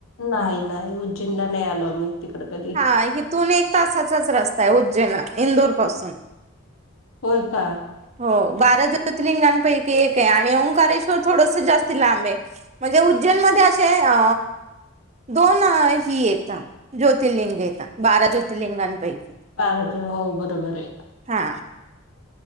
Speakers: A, on the left (about 85°); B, on the right (about 30°).
A: नाही, नाही. उज्जैनला नाही आलो आम्ही. तिकडं कधी.
B: हा हिथून एक तासाचाच रस्ता आहे उज्जैना इंदोर पासून.
A: होय का?
B: हो बारा ज्योतर्लिंगांपैकी एक आहे आणि ओंकारेश्वर थोडस जास्त लांबे आहे. म्हणजे उज्जैन मध्ये असे अ दोन ही येत ना ज्योतिर्लिंग येत बारा ज्योतिर्लिंगांपैकी.
A: अग हो बरोबर आहे.
B: हा.